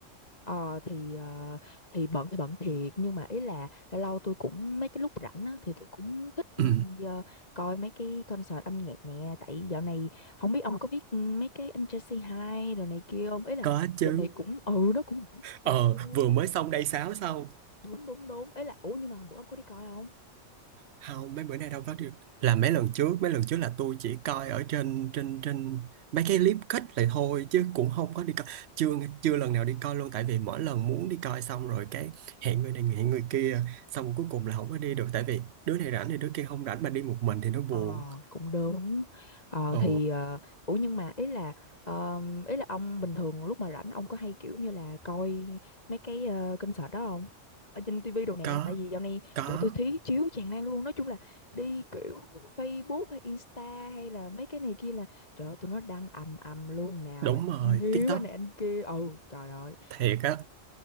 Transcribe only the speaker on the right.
Ừ,
có chứ.
Ờ,
vừa mới
xong day 6 xong
không mấy bữa nay đâu có được là mấy lần trước mấy lần trước là tôi chỉ coi ở trên trên trên mấy cái clip cut lại thôi chứ cũng không có đi coi chưa chưa lần nào đi coi luôn tại vì mỗi lần muốn đi coi xong rồi cái hẹn người này hẹn người kia xong rồi cuối cùng là không có đi được tại vì đứa này rảnh thì đứa kia không rảnh mà đi một mình thì nó buồn
ồ
có
có
đúng
rồi
TikTok
thiệt á